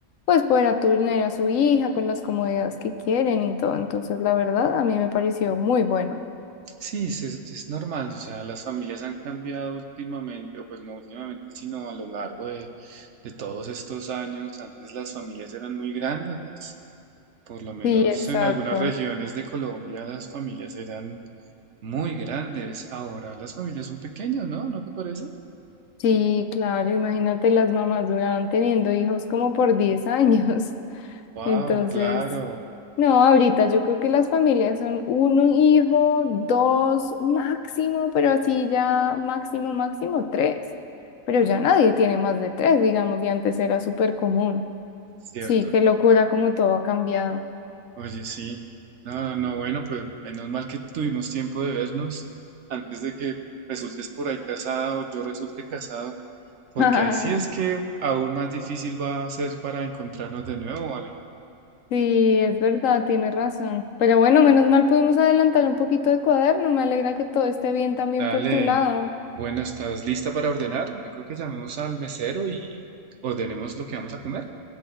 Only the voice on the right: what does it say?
Sí, es, es- es normal, o sea, las familias han cambiado últimamente, o pues no últimamente, sino a lo largo de, de todos estos años. Antes las familias eran muy grandes, por lo menos
en algunas regiones de Colombia las familias eran muy grandes. Ahora las familias son pequeñas, ¿no? ¿No te parece?
Wow,
claro,
cierto.
Oye, sí. No, no, no, bueno, pues menos mal que tuvimos tiempo de vernos antes de que resultes por ahí casada o yo resulte casado, porque
ahí sí es que aún más difícil va a ser para encontrarnos de nuevo, ¿vale?
Dale.
Bueno, ¿estás lista para ordenar? Yo creo que llamemos al mesero y ordenemos lo que vamos a comer.